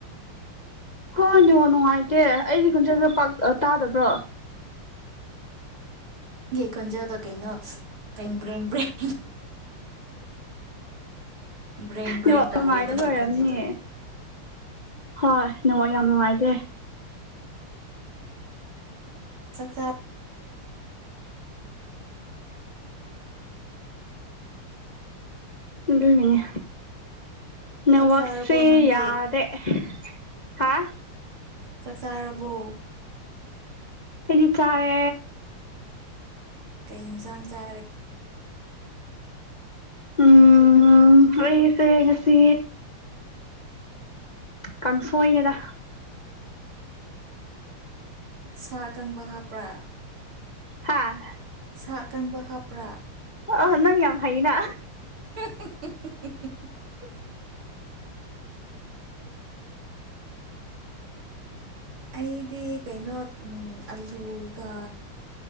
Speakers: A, on the left; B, on the right.
A: ꯍꯣꯏ ꯅꯦꯋꯥꯛ ꯅꯨꯡꯉꯥꯏꯇꯦ ꯑꯩꯒꯤ ꯈꯣꯟꯖꯦꯜꯁꯨ ꯄꯥꯛ ꯇꯥꯗꯕ꯭ꯔꯣ
B: ꯅꯪꯒꯤ ꯈꯣꯟꯖꯦꯜꯗꯣ ꯀꯩꯅꯣ ꯕ꯭ꯔꯦꯡ ꯕ꯭ꯔꯦꯡ ꯕ꯭ꯔꯦꯡ ꯕ꯭ꯔꯦꯡ ꯕ꯭ꯔꯦꯡ
A: ꯅꯦꯋꯥꯛ
B: ꯇꯧꯋꯦ
A: ꯅꯨꯡꯉꯥꯏꯗꯕ
B: ꯅꯪꯒꯤ
A: ꯑꯣꯏꯔꯝꯅꯤ
B: ꯈꯣꯟꯖꯦꯜꯗꯨ
A: ꯍꯣꯏ ꯅꯦꯠꯋꯥꯛ ꯌꯥꯝ ꯅꯨꯡꯉꯥꯏꯇꯦ
B: ꯆꯥꯛꯆꯥ
A: ꯂꯣꯏꯅꯅꯤ ꯅꯦꯠꯋꯥꯛꯁꯤ
B: ꯆꯥꯛ ꯆꯥꯔꯕꯣ ꯅꯪꯗꯤ
A: ꯌꯥꯗꯦ ꯑꯦ ꯍꯥ
B: ꯆꯥꯛ ꯆꯥꯥꯔꯕꯣ
A: ꯑꯩꯗꯤ ꯆꯥꯔꯦ
B: ꯀꯩ ꯏꯟꯁꯥꯡ ꯆꯥ
A: ꯎꯝ ꯑꯩꯁꯦ ꯉꯁꯤ ꯀꯥꯡꯁꯣꯏꯅꯦꯗ
B: ꯁꯥ ꯑꯀꯪꯕ ꯍꯥꯞꯄ꯭ꯔꯥ
A: ꯍꯥꯥ
B: ꯁꯥ ꯑꯀꯪꯕ ꯍꯥꯞꯄ꯭ꯔꯥ
A: ꯑ ꯅꯪ ꯌꯥꯝ ꯍꯩꯅꯥ
B: ꯍꯨꯡ ꯍꯨꯡ ꯍꯨꯡ ꯍꯨꯡ ꯍꯨꯡ ꯍꯨꯡ ꯍꯨꯡ ꯑꯩꯗꯤ ꯀꯩꯅꯣ ꯑꯂꯨꯒ